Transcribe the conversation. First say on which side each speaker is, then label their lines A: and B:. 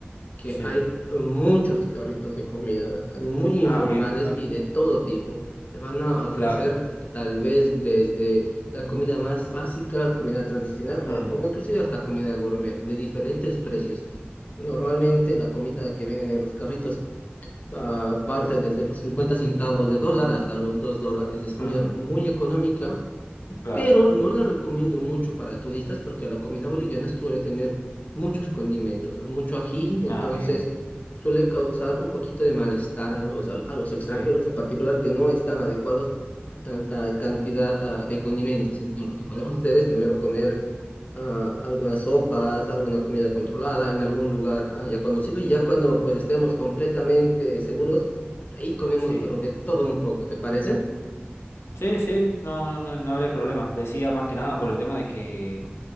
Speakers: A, on the left; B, on the left.
A: que
B: Sí.
A: hay muchos carritos de comida, muy informales
B: Ah, bien, perfecto.
A: y de todo tipo. Te van a ofrecer
B: Claro.
A: tal vez desde la comida más básica, comida tradicional o,
B: Mm,
A: o inclusive hasta comida gourmet de diferentes precios. Normalmente la comida que venden en los carritos ah, parte desde los 50 centavos de dólar hasta los 2 dólares. Es comida
B: mm,
A: muy económica,
B: claro.
A: pero no la recomiendo mucho para turistas porque la comida boliviana suele tener muchos condimentos, mucho ají, entonces
B: Ah, bien.
A: suele causar un poquito de malestar a los, a, a los extranjeros
B: Sí,
A: en particular que no están adecuados a tanta cantidad, ah, de condimentos. Entonces, lo que podemos hacer es primero comer ah, algunas sopas, alguna comida controlada en algún lugar ah, ya conocido y ya cuando pues estemos completamente seguros, ahí comemos
B: sí.
A: pero de todo un poco, ¿te parece?
B: Sí, sí, no, no, no habría problema. Decía más que nada por el tema de que